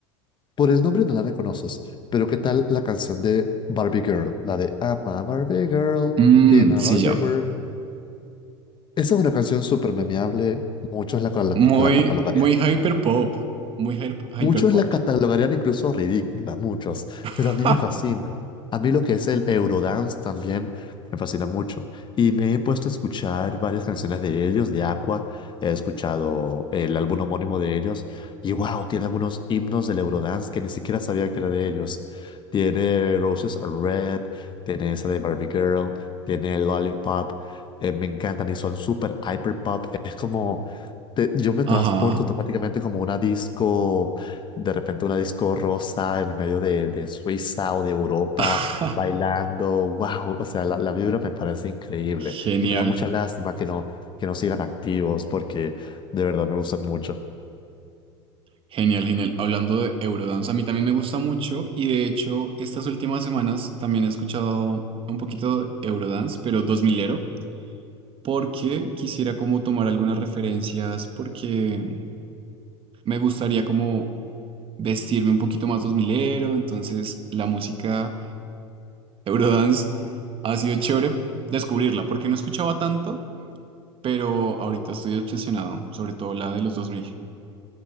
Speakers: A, on the left; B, on the right.
A: Por el nombre no la reconoces, pero ¿qué tal la canción de Barbie Girl? La de I'm a Barbie Girl
B: Mm,
A: in a
B: sí,
A: Barbie
B: ya.
A: World. Esa es una canción súper memeable, muchos la, la,
B: Muy,
A: la catalogarían
B: muy hyperpop. Muy hyper, hyperpop.
A: Muchos la catalogarían incluso ridícula, muchos,
B: <laughs>
A: pero a mí me fascina. A mí lo que es el Eurodance también me fascina mucho. Y me he puesto a escuchar varias canciones de ellos, de Aqua. He escuchado el álbum homónimo de ellos. Y wow, tiene algunos himnos del Eurodance que ni siquiera sabía que era de ellos. Tiene Roses Are Red, tiene esa de Barbie Girl, tiene Lollipop. eh, me encantan y son súper hyper pop. Es como te- yo me transporto
B: Ajá.
A: automáticamente como una disco, de repente una disco rosa en medio de, de Suiza o de Europa,
B: <laughs>
A: bailando, wow, o sea, la, la vibra me parece increíble
B: Genial,
A: y me da mucha lástima que no, que no sigan activos porque de verdad me gustan mucho.
B: genial, genial. Hablando de Eurodance, a mí también me gusta mucho y de hecho estas últimas semanas también he escuchado un poquito de Eurodance, pero dos milero porque quisiera como tomar algunas referencias, porque me gustaría como vestirme un poquito más dos milero entonces la música Eurodance ha sido chévere descubrirla, porque no escuchaba tanto, pero ahorita estoy obsesionado, sobre todo la de los dos mil